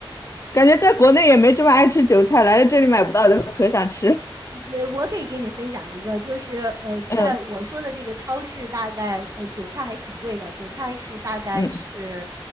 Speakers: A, on the left; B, on the right.
A: 感觉在国内也没这么爱吃韭菜，来了这里买不到就可想吃，
B: 那我可以给你分享一个，就是呃，
A: <laughs> 嗯
B: 在我说的这个超市，大概呃韭菜还挺贵的，韭菜是大概是
A: 嗯